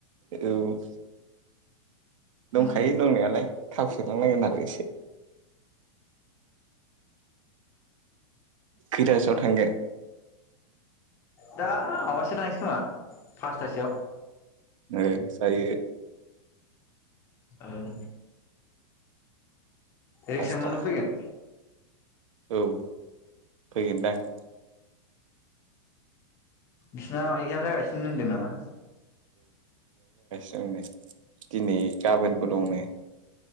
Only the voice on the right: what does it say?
औ
दंखायो दंनायालाय। थाव सोनांलायगोन आरो इसे खैथासोआव थांगोन?
ओ जायो।
पासथा
औ फैगोनदां।
जोंनो दिनै गाबोनबो दंनो।